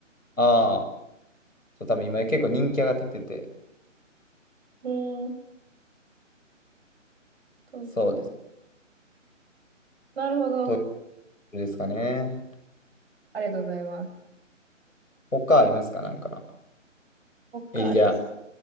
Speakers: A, on the left (about 90°); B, on the right (about 50°).
A: ああ、そう、多分今結構人気上がってきてて、
B: えー、東京。
A: そうです。
B: なるほど。
A: トイレですかね。
B: ありがとうございます。
A: 他ありますかなんか、エリア、
B: 他です。